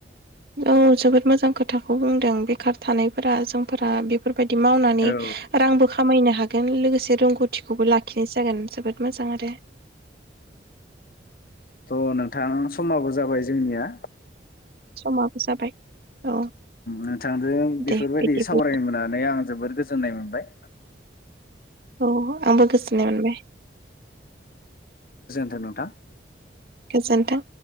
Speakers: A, on the right (about 55°); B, on the left (about 50°).
A: औ जोबोद मोजां खोथाखौ बुंदों बेखार थानायफोरा जोंफोरा बेफोर बादि मावनानै
B: औ
A: रांबो खामायनो हायो हागोन लोगोसे रोंगौथिखौबो लाखिनाय जागोन जोबोद मोजां आरो
B: थ' नोंथां समाबो जाबा जाबाय जोंनिया
A: समाबो जाबाय औ
B: नोंथांजों बेफोरबायदि
A: दे बिदिब्ला
B: सावरायनो मोननानै आं जोबोद गोजोन जानाय मोनबाय
A: औ आंबो गोजोननाय मोनबाय
B: जागोन नोंथां
A: गोजोनथों